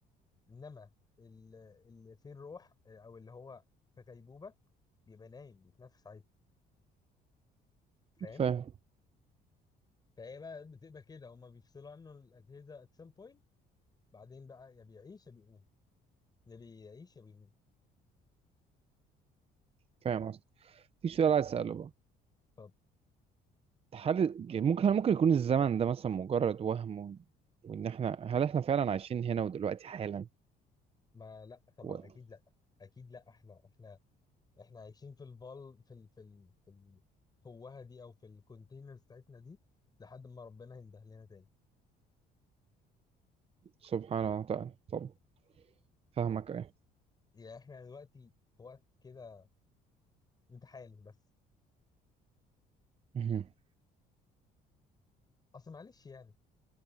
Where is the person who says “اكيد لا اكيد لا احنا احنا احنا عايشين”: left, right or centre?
Left